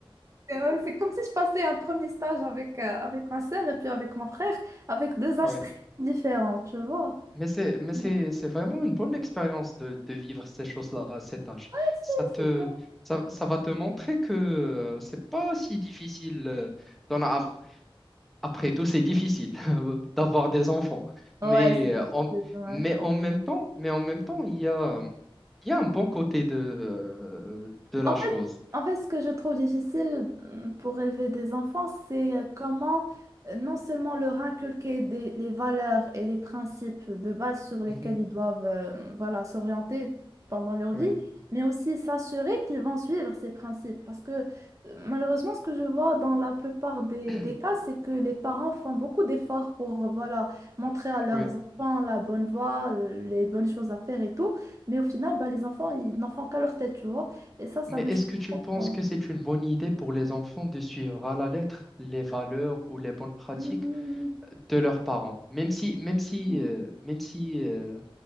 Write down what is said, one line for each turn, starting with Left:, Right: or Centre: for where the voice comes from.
Right: Et ouais, C'est comme si je passais un premier stage avec, euh, avec ma sœur et puis avec mon frère, avec deux âges
Centre: Ouais.
Right: très différents, tu vois.
Centre: Mais c'est mais c'est
Right: Ouais,
Centre: c'est vraiment une bonne expérience de, de vivre ces choses-là à cet âge.
Right: c'est
Centre: Ça te
Right: c'est bon.
Centre: ça, ça va te montrer que euh, c'est pas si difficile. euh, d'en a- après tout, c'est difficile <laughs> d'avoir des enfants.
Right: Ouais,
Centre: Mais
Right: c'est difficile,
Centre: euh, en,
Right: ouais.
Centre: mais en même temps, mais en même temps, il y a il y a un bon côté de euh, de la
Right: En
Centre: chose.
Right: fait, en fait, ce que je trouve difficile euh, pour élever des enfants, c'est euh, comment euh, non seulement leur inculquer des, les valeurs et les principes de base sur lesquels
Centre: Mhm.
Right: ils doivent euh, voilà, s'orienter pendant leur vie,
Centre: Oui,
Right: mais aussi s'assurer qu'ils vont suivre ces principes. Parce que euh, malheureusement, ce que je vois dans la plupart des,
Centre: <clears throat>
Right: des cas, c'est que les parents font beaucoup d'efforts pour euh, voilà, montrer à leurs
Centre: oui.
Right: enfants la bonne voie, les bonnes choses à faire et tout, mais au final, bah, les enfants, ils n'en font qu'à leur tête, tu vois. Et ça, ça
Centre: Mais
Right: me
Centre: est-ce
Right: choque.
Centre: que tu
Right: pas,
Centre: penses
Right: quoi.
Centre: que c'est une bonne idée pour les enfants de suivre à la lettre les valeurs ou les bonnes pratiques
Right: Hmm,
Centre: de leurs parents? Même si, même si,
Right: hmm.
Centre: euh, même si euh,